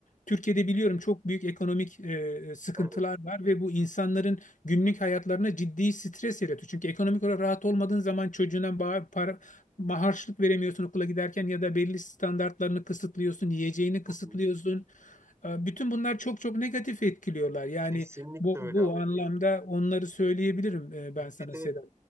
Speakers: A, on the left (about 65°); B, on the right (about 20°).
A: Türkiye'de biliyorum çok büyük ekonomik e, sıkıntılar
B: Evet.
A: var ve bu insanların günlük hayatlarına ciddi stres yaratıyor. Çünkü ekonomik olarak rahat olmadığın zaman çocuğuna bağ- para, harçlık veremiyorsun okula giderken ya da belli standartlarını kısıtlıyorsun, yiyeceğini
B: Hı
A: kısıtlıyorsun.
B: hı.
A: E, Bütün bunlar çok çok negatif etkiliyorlar. Yani
B: Kesinlikle
A: bu,
B: öyle
A: bu
B: abi.
A: anlamda
B: Bir,
A: onları söyleyebilirim e, ben sana
B: bir de
A: Sedat.